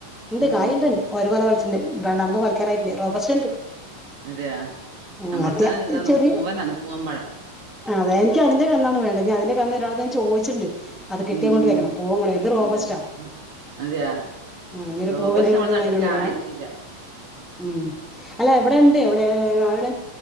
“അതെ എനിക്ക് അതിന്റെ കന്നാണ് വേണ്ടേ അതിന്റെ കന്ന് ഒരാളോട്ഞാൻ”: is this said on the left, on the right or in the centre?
Centre